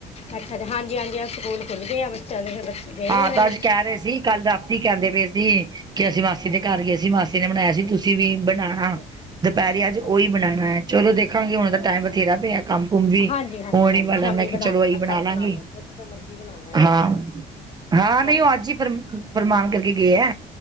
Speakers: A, on the left; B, on the right.
A: ਅੱਛਾ-ਅੱਛਾ, ਹਾਂਜੀ-ਹਾਂਜੀ ਅੱਜ ਸਕੂਲ ਖੁੱਲ੍ਹਗੇ ਆ ਬੱਚੇਆਂ ਦੇ, ਫੇਰ ਬੱਚੇ ਗਏ
B: ਹਾਂ
A: ਹੋਣੇ
B: ਤਾਂ
A: ਨੇ।
B: ਅੱਜ ਕਹਿ ਰਹੇ ਸੀ ਕੱਲ ਰਾਤੀ ਕੈਂਦੇ ਪਏ ਸੀ ਕਿ ਅਸੀਂ ਮਾਸੀ ਦੇ ਘਰ ਗਏ ਸੀਂ ਮਾਸੀ ਨੇ ਬਣਾਯਾ ਸੀ ਤੁਸੀਂ ਵੀ ਬਣਾਣਾ।
A: ਅੱਛਾ
B: ਦੁਪੈਰੇ
A: ਅੱਛਾ ਅੱਛਾ
B: ਅੱਜ ਓਈ
A: ਅੱਛਾ
B: ਬਣਾਣਾ ਐ, ਚੱਲੋ ਦੇਖਾਂਗੀ ਹੁਣ ਤਾਂ ਟਾਈਮ ਬਥੇਰਾ ਪੇਆ ਕੰਮ ਕੁਮ ਵੀ
A: ਹਾਂਜੀ-ਹਾਂਜੀ,
B: ਹੋਣ
A: ਹਾਂਜੀ
B: ਹੀ ਵਾਲਾ
A: ਸ਼ਾਮੀ
B: ਮੈਂ ਕਿਹਾ
A: ਬਣਾ
B: ਚਲੋ
A: ਲੈਣਾ,
B: ਇਹੀ
A: ਕਲ
B: ਲਾਂਗੀ
A: ਬਣਾ ਲੈਣਾ ਜਦੋਂ ਮਰਜੀ ਬਣਾ ਲੈਣਾ।
B: ਹਾਂ ਹਾਂ ਨਈ
A: ਹਾਂਜੀ
B: ਓ ਅੱਜ ਈ ਫਰ ਫਰਮਾਨ ਕਰਕੇ ਗਏ ਐ।